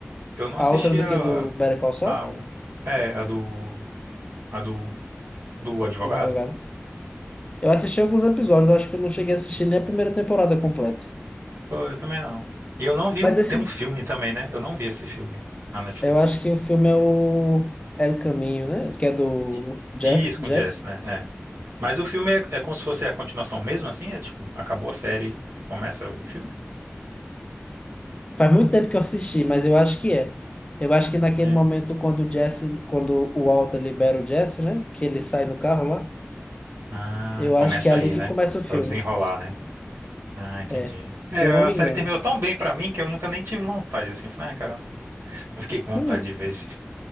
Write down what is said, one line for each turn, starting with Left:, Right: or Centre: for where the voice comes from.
Right: Eu não
Left: A
Right: assisti
Left: outra do
Right: a,
Left: que do Better Call Saul,
Right: a, o- é, a do, a do, do advogado.
Left: do advogado. Eu assisti alguns episódios, eu acho que eu não cheguei a assistir nem a primeira temporada completa.
Right: Pô, eu também não. E eu não vi
Left: Mas
Right: um. Tem
Left: esse,
Right: um filme também, né? Eu não vi esse filme na Netflix.
Left: eu acho que o filme é o é o Caminho, né? Que é do
Right: E,
Left: Jess,
Right: e isso
Left: Jess.
Right: com Jess, né? É. Mas o filme é, é como se fosse a continuação mesmo, assim? É tipo, acabou a série, começa o filme?
Left: Faz muito tempo que eu assisti, mas eu acho que é. Eu acho que naquele
Right: É.
Left: momento quando o Jess, quando o Walter libera o Jesse, né? Que ele sai do carro lá,
Right: Ah,
Left: eu
Right: começa
Left: acho que é ali
Right: aí,
Left: que
Right: né?
Left: começa o filme.
Right: É o desenrolar, né? Ah, entendi.
Left: É, se
Right: É,
Left: eu não me
Right: a série
Left: engano.
Right: terminou tão bem pra mim que eu nunca nem tive vontade, assim. Eu Falei, ah, cara, eu não, não fiquei com vontade
Left: Não é.
Right: de ver esse.